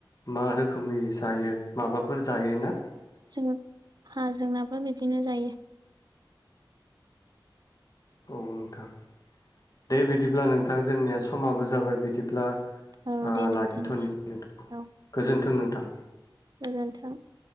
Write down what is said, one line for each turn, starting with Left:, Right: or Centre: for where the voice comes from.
Left: मा रोखोमै जायो माबाफोर जायो ना?
Right: जों हा जोंनाबो बिदिनो जायो।
Left: औ नोंथां दे बिदिब्ला नोंथां जोंनिया समाबो जाबाय बिदिब्ला ओह
Right: औ दे नोंथां
Left: लाखिथनि
Right: दे
Left: नोंथां
Right: औ
Left: गोजोनथों नोंथां।
Right: गोजोन्थों।